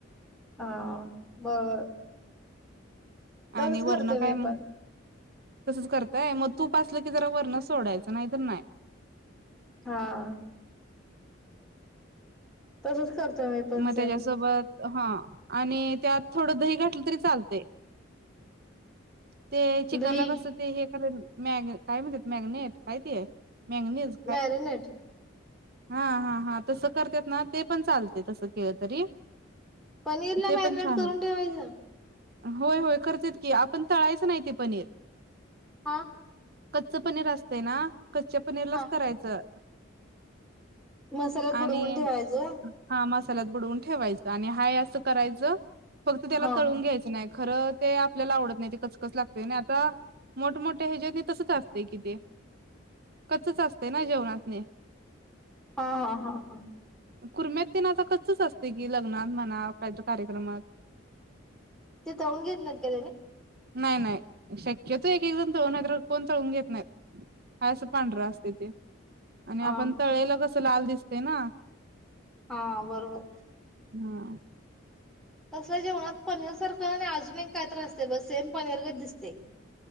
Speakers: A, in the centre; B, on the right.
A: हा बरोबर तसच
B: आणि वरण
A: करते
B: काय
A: मी
B: मग
A: पण.
B: तसंच करताय मग तूप असलं की जरा वरण सोडायचं नाही तर नाही.
A: हां तसंच करतो मी. पण
B: मग
A: सेम.
B: त्याच्यासोबत हा आणि त्यात थोडं दही घातलं तरी चालतय. ते चिकनला
A: दही
B: कस ते हे कर मॅगने काय म्हणत मॅगनेट कायती मॅगनेज
A: मॅरिनेट.
B: हा हा हां तसं करतात ना ते पण चालते तसं केलं तरी.
A: पनीर ला
B: ते
A: मॅरिनेट
B: पण छान
A: करून
B: होत
A: ठेवायच?
B: होय होय करतेत की आपण तळायचं नाही ते पनीर.
A: हां
B: कच्च पनीर असते ना कच्च्या पनीरलाच
A: हा.
B: करायचं
A: मसाल्यात बुडवून
B: आणि
A: ठेवायचं होय.
B: हा मसाल्यात बुडवून ठेवायचं, आणि हा असं करायचं, फक्त त्याला
A: हा
B: तळून घ्यायचं नाही. खरं ते आपल्याला आवडत नाही. कचकच लागते आणि आता मोठमोठ्या ह्याच्यात नाही तसंच असतेय कि ते कच असते ना जेवणातने
A: हा हा हा हा.
B: कुरम्यात ते ना आता कच असते की लग्नात म्हणा का कार्यक्रमात
A: ते तऊून घेतत त्यालाने
B: नाही नाही शक्यतो एक एक जण तळून तर कोण तळून घेत नाहीत. अस असं पांढरा असते ते आणि
A: हा
B: आपण
A: हा
B: तळेल
A: हा.
B: कसं लाल दिसते ना.
A: हा बरोबर
B: हा.
A: तसल्या जेवणात पनीर सारखं आणि अजून एक काय त्रास असते बस सेम पनीरगच दिसते.